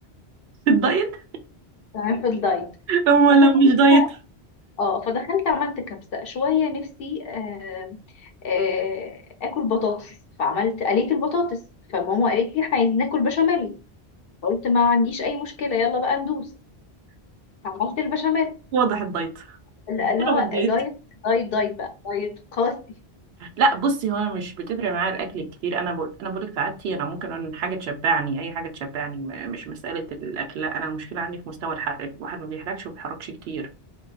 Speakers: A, on the right; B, on the left.
A: <laughs> الدايت
B: تمام في الدايت
A: هو
B: فدخلت
A: لو مش دايت
B: اه فدخلت عملت كبسة شوية نفسي آه آه، آكل بطاطس فعملت قليت البطاطس فماما قالت لي احنا عايزين ناكل بشاميل فقلت ما عنديش أي مشكلة يلا بقى ندوس فعملت البشاميل
A: واضح الدايت
B: لا،
A: طلب
B: اللي هو
A: الدايت
B: دايت دايت دايت بقى دايت قاسي
A: لا بصي هو انا مش بتفرق معايا الاكل كتير انا بقول انا بقولك في عادتي انا ممكن أن حاجه تشبعني اي حاجه تشبعني م- مش مساله الاكل لا انا المشكله عندي في مستوى الحرق الواحد ما بيحرقش وما بيتحركش كتير